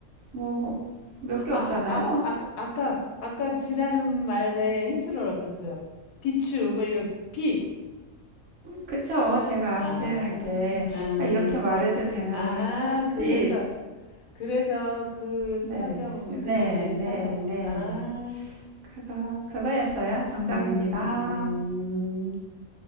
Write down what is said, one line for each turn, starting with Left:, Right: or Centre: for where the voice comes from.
Right: 뭐, 몇
Left: 아,
Right: 개 없잖아요.
Left: 아, 아, 아, 아까, 아까 쥐라는 말에 힌트를 얻었어요. 비추, 뭐 이런, 빛.
Right: 그쵸? 제가
Left: 아,
Right: 문제 낼 때,
Left: 아,
Right: 아, 이렇게 말해도 되나?
Left: 아, 그래서,
Right: 빛.
Left: 그래서 그
Right: 네.
Left: 설명을 문제
Right: 네,
Left: 낼 때
Right: 네,
Left: 하셨고.
Right: 네.
Left: 아,
Right: 그거, 그거였어요. 정답입니다.
Left: 음, 음,